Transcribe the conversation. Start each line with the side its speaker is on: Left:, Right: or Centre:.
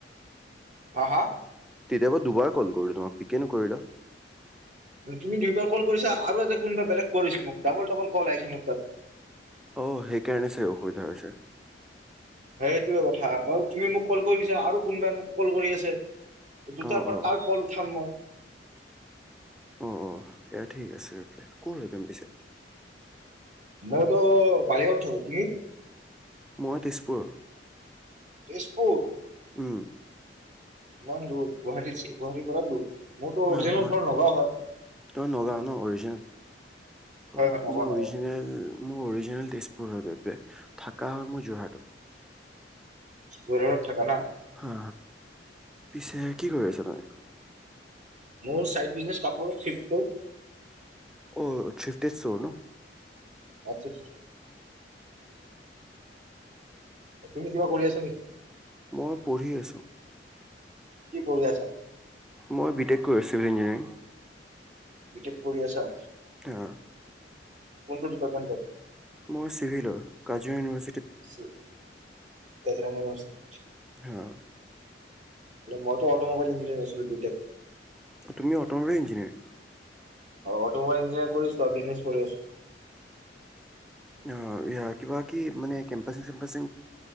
Right: হা হা?
Centre: তেতিয়াবা দুবাৰ কল কৰো তোমাক পিকেই নকৰিল?
Right: তুমি দুইবাৰ কল কৰিছা আৰু এতে কোনোবা বেলেগ কৰিছ মোক ডাবল ডাবল কল আহিছে মোৰ তাত
Centre: অ সেই কেনেছে অখৰি থেছে
Right: সেইটোয়ে কথা বাৰ তুমি মোক কল কৰিছা আৰু কোনবাই মোক কল কৰি আছে! দুটাৰ
Centre: অ
Right: পৰা
Centre: অ
Right: কাল কল উঠাম মই!
Centre: অ অ এয়া ঠিক আছে ক'ত হম পিছে
Right: মইতো বাইগত থাকো তুমি
Centre: মই তেজপুৰ
Right: তেজপুৰ <inaudible>
Centre: উম।
Right: ক দূৰ গুৱাহাটী গুৱাহাটিৰ পৰা দূৰ মোৰতো
Centre: ন
Right: অৰিজিনেল
Centre: ঘ
Right: ঘৰ নগাঁও হয়।
Centre: তই নগাঁও ন অৰিজিনেল
Right: হয়
Centre: অ
Right: হয় নগাঁও
Centre: মোৰ অৰিজিনেল
Right: নগাঁও
Centre: মই অৰিজিনেলছ হৈ গৈ থাকা হয় মোৰ যোৰহাটত।
Right: ঘৰত থাকা না?
Centre: হা পিছে কি কৰি আছা তুমি?
Right: মোৰ চাইড বিজনেচ কাপোৰ চিপটো
Centre: অ চিফটি চৰ ন <unintelligible>
Right: আছা তুমি কিবা কৰি আছা নেকি?
Centre: মই পঢ়ি আছো।
Right: কি পঢ়ি আছা?
Centre: মই বি টেক কৰি আ
Right: বি টেক কৰি আছা?
Centre: আহ।
Right: পন কটি পতটো
Centre: মোৰ চিভিলৰ কাজুৱে ইনভাৰ
Right: বজিৰং ইনিভাৰ্চিটি
Centre: হা।
Right: মইতো অটমোবাইল ইঞ্জিনিয়াৰ আছিলো বি টেক।
Centre: অ তুমি অট'মোবাইল ইঞ্জিনিয়াৰ।
Right: অটমোবাইল ইঞ্জিনিয়াৰ কৰি আছোঁ। চ বিজনেছ কৰি আছো।
Centre: অ কিবা কি মানে কেম্পাচে‌ চেম্পাচে